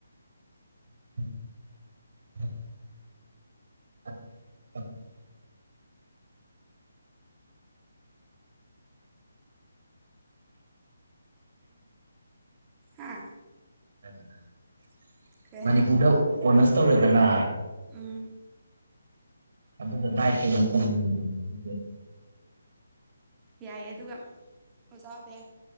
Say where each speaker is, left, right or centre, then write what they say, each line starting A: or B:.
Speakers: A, on the right (about 50°); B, on the right (about 15°).
A: <unintelligible>
B: ꯍꯥ
A: <unintelligible>
B: ꯀꯩ
A: ꯃꯅꯤꯄꯨꯔꯗ
B: ꯍꯥꯏꯅꯣ
A: ꯑꯣꯅꯔꯁ ꯇꯧꯔꯦꯗꯅ
B: ꯎꯝ
A: ꯑꯗꯨꯅ ꯗꯥꯏꯠ <unintelligible>
B: ꯌꯥꯏ ꯑꯗꯨꯒ ꯑꯣꯖꯥ ꯑꯣꯏꯕ ꯌꯥꯏ